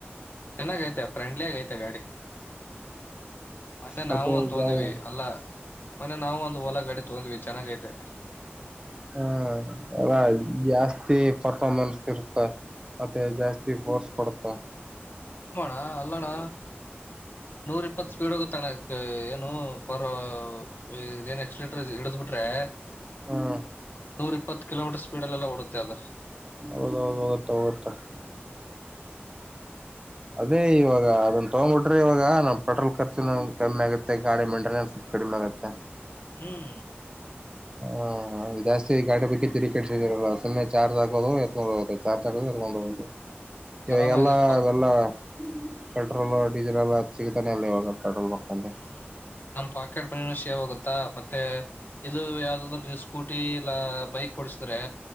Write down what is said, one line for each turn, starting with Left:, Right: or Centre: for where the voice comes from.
Left: ಚೆನ್ನಾಗ ಐತೆ ಫ್ರೆಂಡ್ಲಿ ಆಗ ಐತೆ ಗಾಡಿ ಮೊ
Right: ಮತ್ತೆ
Left: ನಾವು ಒಂದ
Right: ಹ್ಮ್
Left: ತೊಂದ್ವಿ ಅಲ್ಲಾ ಮನೆ ನಾವು ಒಂದು ಹೊ ಒಲ ಗಡೆಡಿ ತೊಂದ್ವಿ ಚೆನ್ನಾಗ ಐತಿ <inaudible>
Right: ಹ್ಮ ಎಲ್ಲ ಜಾಸ್ತಿ ಪರ್ಫ್ಮೆನ್ಸ್ ಇರುತ್ತ ಮತ್ತ ಜಾಸ್ತಿ ಫೋರ್ಸ್ ಪಡ್ತಾ
Left: ನಮ್ಮೋಣ ಅಲ್ಲೋಣ್ಣ ನೂರ್ ಇಪ್ಪತ್ ಸ್ಪೀಡ್ ಹೋಗುತ್ತಣ ಏನು ಪರ್ಏನ್ ಎಕ್ಸ್ಲಟ್ರ ಇಡಸ್ ಬಿಿಟ್ರೆ <inaudible>
Right: ಹ್ಮ್
Left: ನೂರ್ ಇಪ್ಪತ್ತು ಕಿಲೋಮೀಟರ್ ಸ್ಪೀಡ್ಲ್ಲೆಲ್ಲ ಓಡಂತೆೆ ಅದು
Right: ಹೌದೌದು ಹೋಗತ್ತಾ ಹೋಗತ್ತಾ ಅದೇ ಇವಾಗ ಅದನ್ ತಗ್ಬಿಟ್ರಿ ಇವಾಗ ನಮ್ಮ್ ಪೆಟ್ರೋಲ್ ಖರ್ಚುನು ಕಮ್ಮಿ ಆಗತ್ತೆ ಗಾಡಿ ಮೇಂಟೆನೆನ್ಸ್ ಕಡಿಮಾಗತ
Left: ಹ್ಮ್
Right: ಹ್ಮ ಹ ಜಾಸ್ತಿ ಗಾಡಿ ಬಿಟ್ಟಿ ತಿರಿ ಕೆಿದಲ್ಲ ಸುಮ್ಮನೆ ಚಾರ್ಜ್ ಆಗೋದು ಎೊಂಡೋಗ ಚಾರ್ಜ್ ಆಗ ಎಕೊಂಡ್ ಹೋಗೋುದು ಇವಾಗ
Left: ಆರಾಮಾಗಿಪ್ಪ
Right: ಎಲ್ಲ ಇಲ್ಲ ಪೆಟ್ರೋಲ್ ಡೀಸೆಲ್ ಎಲ್ಲ ಸಿಗ್ತಾನೆ ಎಲ್ಲ ಇವಾಗ ಪೆಟ್ರೋಲ್ ಬಂಕ್ ಅಲ್ಲಿ
Left: ಹ್ಮ್ ನಮ್ ಪಾಕೆಟ್ ಮನನು ಸೇವ್ಗುತ್ತಾ ಮತ್ತೆ ಇದು ಯಾವ್ದಾದ್ರ ನೀವು ಸ್ಕೂಟಿ ಇಲ್ಲ ಬೈಕ್ ಕೊಡಸಿದ್ರೆ